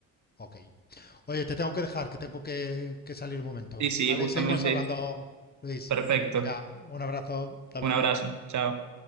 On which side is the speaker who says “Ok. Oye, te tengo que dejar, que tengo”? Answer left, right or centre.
Left